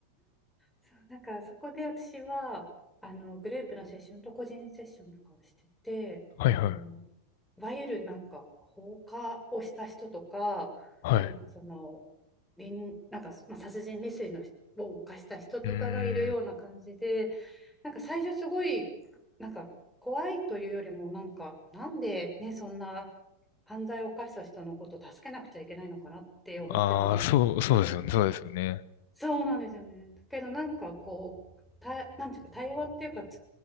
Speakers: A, in the centre; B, on the left.
A: そうなんかそこで私はあのグループのセッションと個人セッションとかをしててあの
B: はいはい。
A: いわゆるなんか放火をした人とかなんかその
B: はい。
A: 臨なんか、まあ、殺人未遂の人を犯した人とかがいるような感じで
B: うーん。
A: なんか最初すごいなんか怖いというよりもなんかなんでねそんな犯罪を犯した人のことを助けなくちゃいけないのかなって思ってたんですけど
B: ああ、そう、そうですよね、そうですよね。
A: そうなんですよね。だけどなんかこう、た、なんていうか対話っていうかつ、